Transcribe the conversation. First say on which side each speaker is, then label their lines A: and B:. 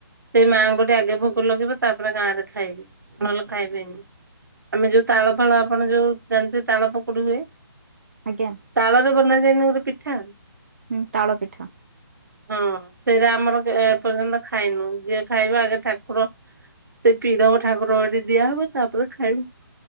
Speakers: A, on the right (about 55°); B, on the right (about 35°).
A: ସେ ମାଆଙ୍କଠି ଆଗେ ଭୋଗ ଲାଗିବ ତାପରେ ଗାଁରେ ଖାଇବେ, ନହେଲେ ଖାଇବେନି। ଆମେ ଯୋଉ ତାଳ ଫାଳ ଆପଣ ଯଉ ଜାଣି ଥିଵେ ତାଳ ପକୁଡ଼ି ହୁଏ
B: ଆଜ୍ଞା
A: ତାଳରେ ବନା ଯାଏନି ଗୋଟେ ପିଠା?
B: ହୁଁ ତାଳ ପିଠା।
A: ହଁ ସେରା ଆମର ଏପର୍ଯ୍ୟନ୍ତ ଖାଇନୁ ଯିଏ, ଖାଇବା ଆଗେ ଠାକୁର ସେ ପିିଡ଼ମ ଠାକୁରଠି ଦିଆ ହବ ତାପରେ ଖାଇବୁ।